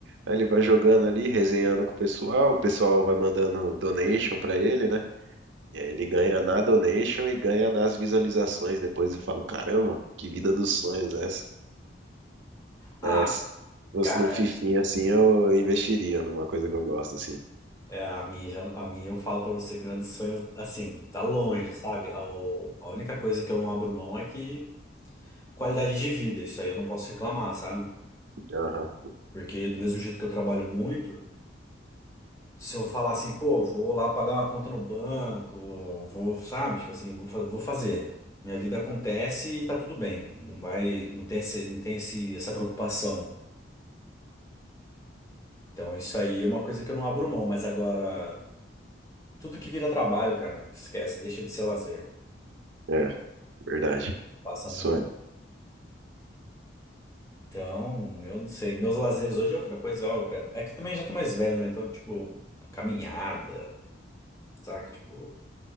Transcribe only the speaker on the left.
Ah,
cara,
é, é, a minha já, a minha eu falo pra você que não é dos sonhos, assim, tá longe, sabe? A, o- a única coisa que eu não abro mão é que qualidade de vida, isso aí eu não posso reclamar, sabe?
Porque do mesmo jeito que eu trabalho muito Se eu falar assim, pô, vou lá pagar uma conta no banco, vou, sabe? Tipo assim, vou, fa- vou fazer. Minha vida acontece e tá tudo bem. Não vai, não tem esse, não tem esse, essa preocupação. Então isso aí é uma coisa que eu não abro mão, mas agora tudo que vira trabalho, cara, esquece, deixa de ser lazer.
Passa
muito. Então, eu não sei, meus lazeres hoje é outra coisa, ó, é é que também já tô mais velho, né? Então, tipo, caminhada, saca? Tipo,